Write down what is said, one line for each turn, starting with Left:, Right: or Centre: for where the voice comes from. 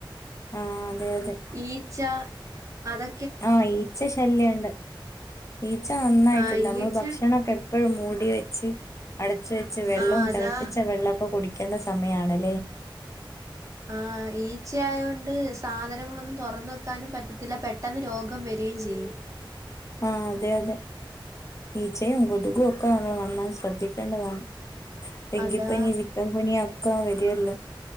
Left: ആഹ് അതെ അതെ.
Right: ഈച്ച അതൊ
Left: ആഹ് ഈച്ച ശല്യുണ്ട്. ഈച്ച നന്നായിട്ട്ണ്ട്
Right: ആഹ്
Left: നമ്മള്
Right: ഈച്ച
Left: ഭക്ഷണൊക്കെ എപ്പോഴും മൂടി വെച്ച്. അടച്ച് വെച്ച് വെള്ളവും
Right: ആഹ് അതാ
Left: തിളപ്പിച്ച വെള്ളൊക്കെ കുടിക്കണ്ട സമയാണല്ലേ.
Right: ആ ഈച്ചയയൊണ്ട് സാധനങ്ങളൊന്നും തൊറന്ന് വെക്കാനും പറ്റത്തില്ല പെട്ടെന്ന് രോഗം വരീചെയ്യും.
Left: ആഹ് അതെ അതെ ഈച്ചയും കൊതുകും ഒക്കെ നമ്മൾ നന്നാ ശ്രദ്ധിക്കേണ്ടതാണ്. ടെങ്കിപ്പനി
Right: അതാ
Left: ചിക്കൻ പനി അക്ക വരിയല്ലോ.